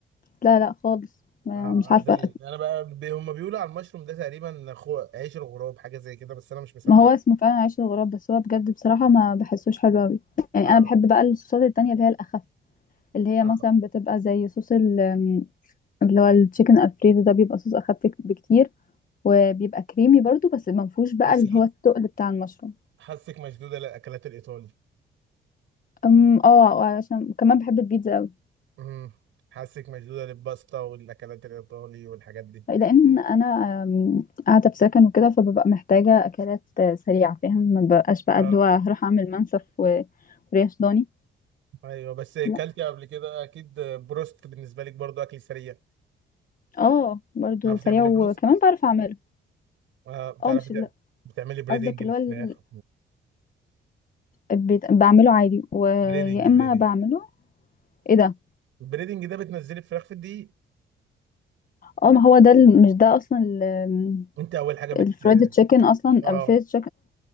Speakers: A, on the left; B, on the right.
A: لا لا خالص ما-
B: آه
A: مش عارفه
B: آه، زي انا بقى بي... هم بيقولوا على المشروم ده تقريبا خو... عيش الغراب حاجه زي كده بس انا مش مصدق
A: ما هو اسمه فعلا عيش الغراب بس هو بجد بصراحه ما بحسوش حلو قوي يعني
B: آه
A: انا بحب بقى الصوصات التانية اللي هي الاخف اللي هي
B: آه.
A: مثلا بتبقى زي صوص ال- اللي هو التشيكن الفريدو ده بيبقى صوص اخف بكتير وبيبقى كريمي برضو بس ما فيهوش بقى
B: بس
A: اللي
B: حس-
A: هو التقل بتاع المشروم
B: حاسك مشدوده للاكلات الايطالي
A: أم، اه علشان كمان بحب البيتزا قوي
B: امم حاسك مشدوده للباستا والاكلات الايطالي والحاجات دي
A: لان انا أم، قاعده في سكن وكده فببقى محتاجه اكلات آه، سريعه فاهم ما بقاش بقى
B: اه
A: اللي هو هروح اعمل منسف و- وريش ضاني
B: ايوه بس اكلتي
A: لا
B: قبل كده اكيد بروست بالنسبه لك برضو اكل سريع
A: اه برضو
B: بتعرفي
A: سريع
B: تعملي
A: وكمان
B: بروست
A: بعرف اعمله
B: اه بتعرفي
A: اه مش
B: تعملي
A: ال-
B: بتعملي بريدنج
A: قصدك
B: الفراخ
A: اللي هو ال- بيت- بعمله عادي ويا
B: بريدنج بريدنج
A: اما بعمله ايه ده
B: البريدنج ده بتنزلي الفراخ في الدقيق
A: اه ما هو ده ال- مش ده اصلا ال-
B: انت اول حاجه بت
A: الفرايد تشيكن اصلا
B: اه
A: الفرايد تشيكن